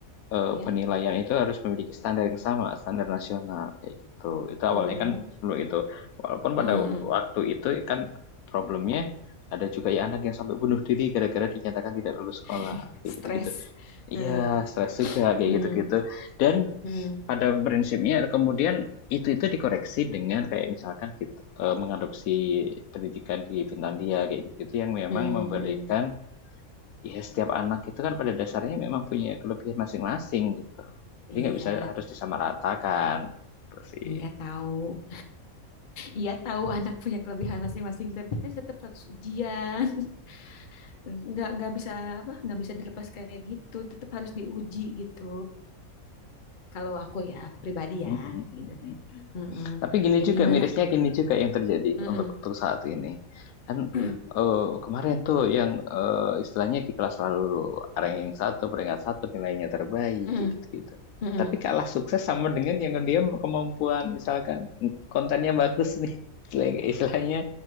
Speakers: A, on the left; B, on the left.
A: eh,
B: ya
A: penilaian itu harus memiliki standar yang sama, standar nasional kayak gitu. Itu awalnya
B: oh
A: kan sebelum itu, walaupun
B: mm-mm,
A: pada
B: mm-mm.
A: waktu itu kan problemnya ada juga ya anak yang sampai bunuh diri gara-gara dinyatakan tidak lulus sekolah
B: <laughs> stres
A: kayak gitu-gitu. Iya,
B: Mm-mm,
A: stres juga kayak
B: mm-mm,
A: gitu-gitu. Dan
B: mm-mm,
A: pada prinsipnya kemudian itu-itu dikoreksi dengan kayak misalkan kita eh, mengadopsi pendidikan di Finlandia kayak gitu-gitu yang memang
B: mm-mm,
A: memberikan
B: mm-mm.
A: ya setiap anak itu kan pada dasarnya memang punya kelebihan masing-masing gitu. Jadi
B: iya
A: nggak bisa harus disamaratakan gitu sih.
B: iya tahu iya tahu anak punya kelebihan masing-masing tapi kan tetap harus ujian <laughs> nggak nggak bisa apa nggak bisa dilepas kayak gitu tetap harus diuji gitu Kalau aku ya, aku pribadi
A: Mhm
B: ya,
A: mhm
B: gitu kan.
A: mhm.
B: Heeh.
A: Tapi gini
B: Ya
A: juga
B: gimana?
A: mirisnya gini juga yang terjadi
B: Heeh.
A: untuk untuk saat ini. Kan,
B: <clears throat>
A: eee, kemarin tuh yang, eee, istilahnya kiklah selalu ranking satu peringkat satu nilainya terbaik,
B: Heeh.
A: gitu-gitu.
B: Heeh.
A: Tapi kalah sukses sama dengan yang dia kemampuan misalkan, mmm, kontennya bagus nih, <laughs> seleng istilahnya,